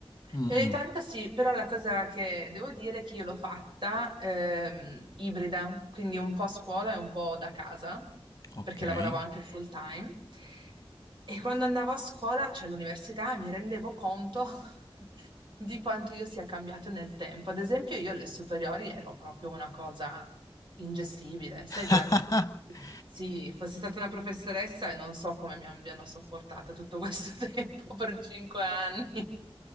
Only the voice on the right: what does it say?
E ogni tanto sì, però la cosa che devo dire è che io l'ho fatta ehm, ibrida, quindi un po' a scuola e un po' da casa,
perché lavoravo anche full time. E quando andavo a scuola, cioè all'università, mi rendevo conto <laughs> di quanto io sia cambiato nel tempo. Ad esempio, io alle superiori ero proprio una cosa ingestibile, sai
quella che... Sì, fossi stata una professoressa e non so come mi abbiano sopportata tutto questo <laughs> tempo per cinque anni.